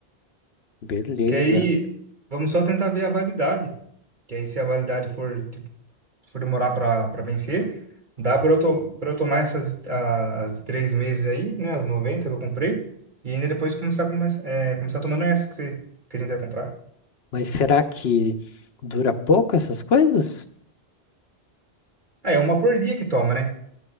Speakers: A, on the left; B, on the right.
A: Beleza.
B: Porque aí vamos só tentar ver a validade. Que aí, se a validade for, tipo, for demorar pra, pra vencer, dá pra eu, to pra eu tomar essas a, as de três meses aí, né? As 90 que eu comprei. E ainda depois começar, começar, é, começar tomando essa que, você, que a gente vai comprar.
A: Mas será que dura pouco essas coisas?
B: Ah, é uma por dia que toma, né?